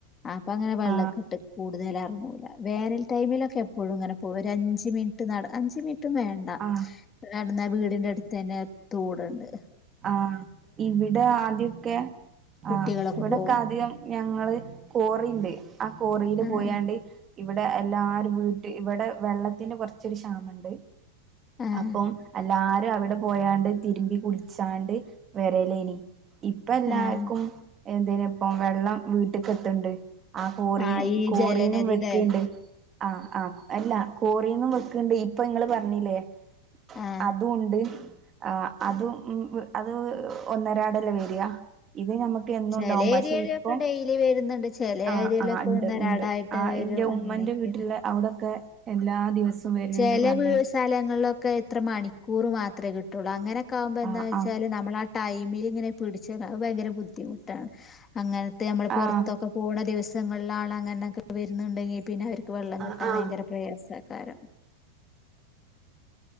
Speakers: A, on the left; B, on the right.
A: അപ്പൊ അങ്ങനെ വെള്ളകെട്ട്
B: ആ
A: കൂടുതല വേനൽ ടൈമിലൊക്കെ എപ്പോഴും ഇങ്ങനെ പോ ഒരു അഞ്ച് മിനി നട അഞ്ച് മിനി ും വേണ്ട
B: ആ
A: കന്നാ വീടിന്റെ അടുത്ത് തന്നെ തൂടുണ്ട്
B: ആഹ് ഇവിടെ ആദ്യൊക്കെ
A: കുട്ടികളൊക്കെ
B: ആഹ് ഇവിടെൊക്കെ
A: പോവും
B: ആദ്യം ഞങ്ങള് കോറിണ്ട് ആ കോറിയില്
A: ആഹ്
B: പോയാണ്ട് ഇവിടെ എല്ലാരും വീട്ടിൽ ഇവിടെ വെള്ളത്തിന് കൊറച്ചൊരു ക്ഷാമുണ്ട്
A: ആഹ്
B: അപ്പം എല്ലാരും അവിടെ പോയാണ്ട് തിരുമ്പി കുടി ഉച്ചാണ്ട് വരലനി ഇപ്പ എല്ലാക്കും
A: ആഹ്
B: എന്തേന് ഇപ്പം വെള്ളം വീട്ടക്ക എത്തണ്ട് ആ കോറിയ
A: ആഹ് ഈ
B: കോറിന്നും
A: ജലനദിടെ
B: വിക്കിനിണ്ട് ആഹ് ആഹ അല്ല കോറിന്നും വെക്കണ്ട് ഇപ്പൊ നിങ്ങള് പറഞ്ഞില്ലേ
A: ആഹ്
B: അതും ഉണ്ട് ആ അതും ഉ അത് ഒന്നരാടല്ലേ വരാ ഇത് നമുക്ക് എന്നും
A: ചെല
B: ഉണ്ടാവും
A: ഏരിയയിലൊക്കെ
B: പക്ഷെ ഇപ്പം
A: ഡെയിലി വരുന്നുണ്ട് ചെല
B: ആ
A: ഏരിയയിലൊക്കെ
B: ആ ഇണ്ട്
A: ഒന്നരാടായിട്ട്
B: ഇണ്ട് ആ
A: വരും
B: എന്റെ
A: അങ്ങനെയൊക്കെയാണ്
B: ഉമ്മന്റെ വീട്ടില അവിടൊക്കെ എല്ലാ ദിവസവും വര്ണ്ട്
A: ചെല
B: പറഞ്ഞേക്ക
A: വി സ്ലങ്ങളിലൊക്കെ ഇത്ര മണിക്കൂർ മാത്രമേ കിട്ടുള്ളൂ അങ്ങനെ കുമ്പോ എന്താ
B: ആഹ്
A: വെച്ചാല്
B: ആഹ്
A: നമ്മള ആ ടൈമിൽ ഇങ്ങനെ പിടിച്ച ഭയങ്കര ബുദ്ധിമുട്ടാണ് അങ്ങനെ നമ്മൾ
B: ആഹ്
A: പുറത്തൊക്കെ പോണ ദിവസങ്ങളില ആൾ അങ്ങനെക്കെ വരുന്നുണ്ടെങ്കിൽ പിന്നെ അവർക്ക് വെള്ളം
B: ആഹ്
A: കിട്ടാൻ
B: ആഹ്
A: ഭയങ്കര പ്രയാസകാരം